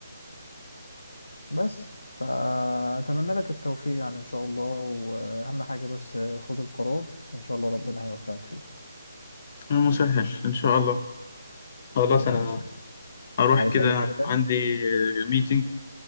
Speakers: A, on the left (about 75°); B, on the left (about 30°).
A: بس فأتمنى لك التوفيق يعني إن شاء الله وأهم حاجة بس خد القرار وإن شاء الله ربنا هيوفقك فيه
B: مسهل ان شاء الله خلاص
A: ماشي
B: انا هروح
A: عايز
B: كده
A: اي حاجة تانية
B: عندي ميتنج